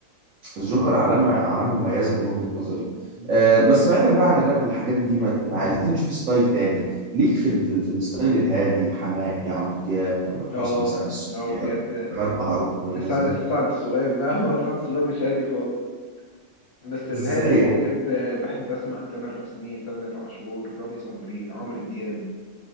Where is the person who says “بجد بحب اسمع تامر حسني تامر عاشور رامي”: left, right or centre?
Left